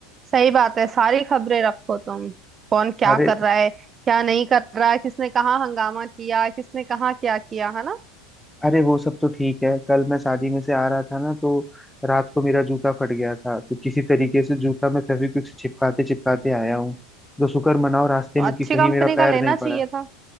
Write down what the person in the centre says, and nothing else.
अरे
अरे वो सब तो ठीक है कल मैं शादी में से आ रहा था ना तो रात को मेरा जूता फट गया था तो किसी तरीके से जूता मैं फेविक्विक से चिपकाते चिपकाते आया हूँ तो शुक्र मनाओ रास्ते
में
कि कहीं
मेरा पैर
नहीं पड़ा